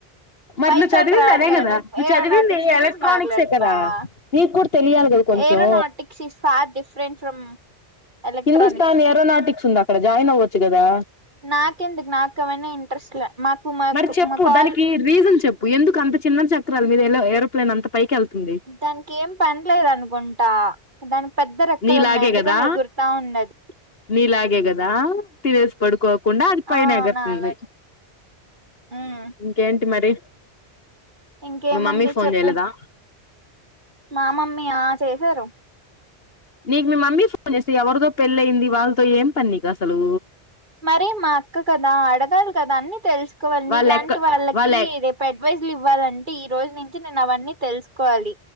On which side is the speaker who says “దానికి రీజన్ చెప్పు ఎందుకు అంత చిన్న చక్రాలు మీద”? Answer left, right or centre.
Left